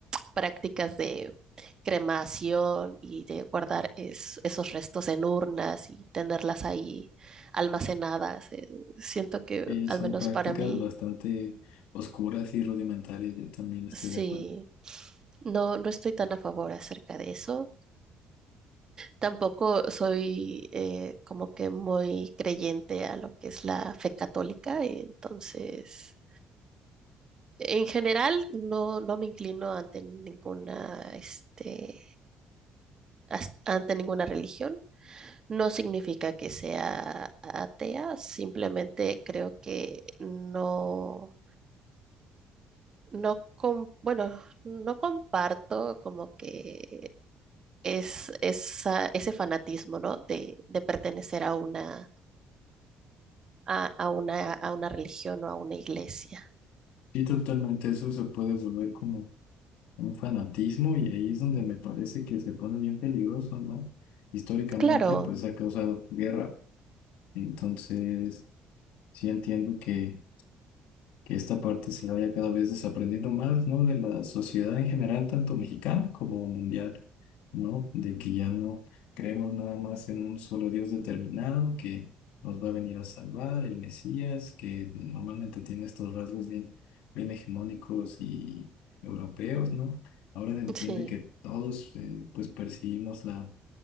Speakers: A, on the right; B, on the left.
A: prácticas de cremación y de guardar es- esos restos en urnas y tenerlas ahí almacenadas. eh, siento que,
B: Y
A: al
B: son
A: menos
B: prácticas
A: para mí,
B: bastante oscuras y rudimentarias, yo también estoy
A: sí,
B: de acuerdo.
A: no, no estoy tan a favor acerca de eso. Tampoco soy eh, como que muy creyente a lo que es la fe católica, y entonces... En general, no, no me inclino ante ninguna, este, as- ante ninguna religión. No significa que sea atea, simplemente creo que no, no, com- bueno, no comparto como que es esa- ese fanatismo, ¿no? De, de pertenecer a una, a, a una, a una religión o a una iglesia.
B: Sí, totalmente, eso se puede volver como un fanatismo y ahí es donde me parece que se pone bien peligroso, ¿no? Históricamente,
A: Claro,
B: pues ha causado guerra, entonces sí entiendo que que esta parte se vaya cada vez desaprendiendo más, ¿no? De la sociedad en general, tanto mexicana como mundial, ¿no? De que ya no creemos nada más en un solo Dios determinado que nos va a venir a salvar, el Mesías, que normalmente tiene estos rasgos bien, bien hegemónicos y europeos, ¿no? Ahora se entiende
A: sí,
B: que todos, eh, pues, percibimos la